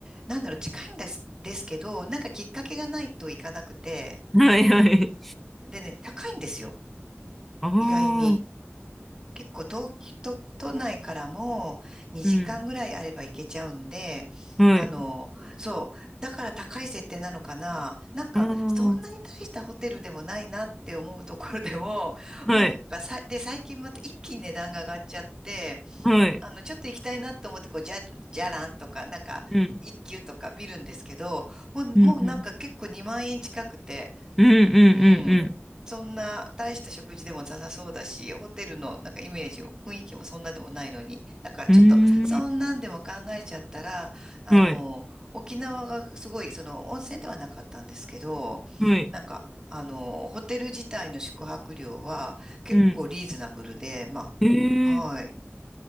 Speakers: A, on the right; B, in the centre.
A: なんだろう、近いんです、ですけど、なんかきっかけがないといかなくて、
B: はい、はい。
A: でね、高いんですよ。
B: ああ。
A: 意外に。結構東京都、都内からも2時間ぐらいあれば行けちゃうんで、
B: うん。はい。
A: あの、そう、だから高い設定なのかな。なんか、
B: ああ。
A: そんなに大したホテルでもないなって思うところでも、<laughs>
B: はい。
A: もうなんかさ、で、最近また一気に値段が上がっちゃって、
B: はい。
A: あの、ちょっと行きたいなと思って、こう、じゃ、じゃらんとか、なんか、
B: うん。
A: 一級とか見るんですけど、もう、
B: うん、
A: もうなんか結構2万円近くて、
B: うん、うんう
A: うん。
B: ん
A: そんな、大した食事でもなさそうだし、ホテルのなんかイメージを、雰囲気もそんなでもないのに。だからちょっと、
B: うんうん。
A: そんなんでも考えちゃったら、
B: う
A: あの、
B: ーん。はい。
A: 沖縄がすごい、その、温泉ではなかったんですけど、
B: はい。
A: なんか、あの、ホテル自体の宿泊料は結構リーズナブルで、
B: うん。
A: ま
B: えー。
A: あ、はい。